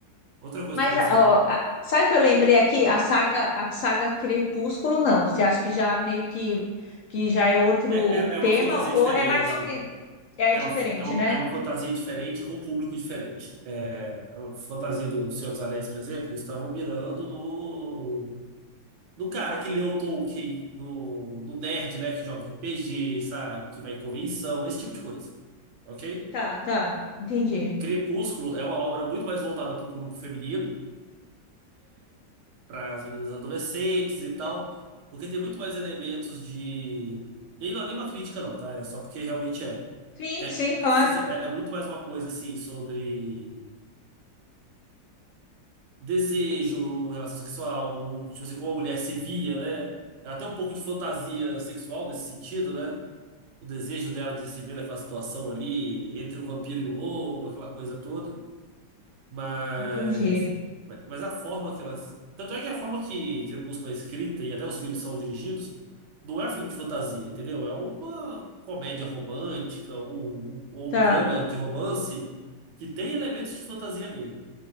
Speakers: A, on the right; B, on the left.
A: Outra coisa
B: Mas
A: também que você.
B: ó, a- sabe o que eu lembrei aqui? A saga, a saga Crepúsculo, não. Você acha que já meio que, que já é outro
A: É, é, é
B: tema,
A: uma fantasia
B: ou
A: diferente.
B: é mais ou menos. É
A: É
B: diferente,
A: uma, f- é uma,
B: né?
A: é uma fantasia diferente com um público diferente. É, a fantasia do Senhor dos Anéis, por exemplo, eles estavam mirando no, no cara que leu Tolkien, no, no nerd, né, que joga RPG, sabe, que vai em convenção, esse tipo de coisa. Ok?
B: Tá, tá. Entendi.
A: Crepúsculo é uma obra muito mais voltada para o público feminino para as meninas adolescentes e tal, porque tem muito mais elementos de. E aí não é nenhuma crítica, não, tá? É só porque realmente é.
B: Sim,
A: É,
B: sim,
A: se-
B: claro.
A: se- é, é muito mais uma coisa assim sobre desejo, relação sexual, tipo assim, como a mulher se via, né? É Até um pouco de fantasia sexual nesse sentido, né? O desejo dela de se ver naquela situação ali, entre o vampiro e o lobo, aquela coisa toda. Mas,
B: Entendi.
A: mas mas a forma que elas. Tanto é que a forma que Crepúsculo é escrita e até os filmes são dirigidos não é um filme de fantasia, entendeu? É uma comédia romântica um- ou
B: Tá.
A: um, drama de romance que tem elementos de fantasia nele.